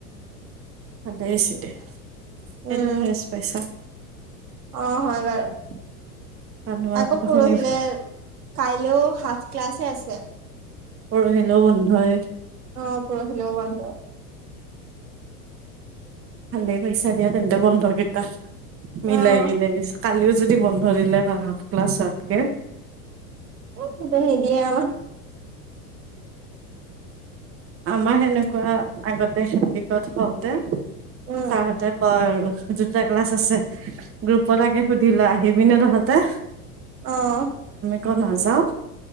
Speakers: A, on the right (about 30°); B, on the right (about 75°).
A: <unintelligible> দে এদিন
B: উম,
A: ৰেষ্ট পাইচা।
B: অ, হয় বাৰু
A: কাৰণ তোমালোকৰতো
B: আকৌ পৰহিলে
A: শনি
B: কাইলেও সাত ক্লাছে আছে।
A: পৰহিলেও বন্ধয়ে।
B: অ, পৰশিলেও বন্দ।
A: ভালে পাইচা দিয়া তেন্তে বন্দকেইটা। মিলাই
B: অ'
A: কিনে দিছো কালিও যদি বন্ধ দিলে হয় হাফ ক্লাছ হোৱাতকে
B: <unintelligible>
A: আমাৰ সেনেকুৱা আগতে হেন্দিকত হওঁতে
B: উম,
A: ছাৰহঁতে কয় আৰু দুটা ক্লাছ আছে গ্ৰুপৰাকে সুধিল ল'আহিবি নে তহঁতে?
B: অহ',
A: ক নাযাও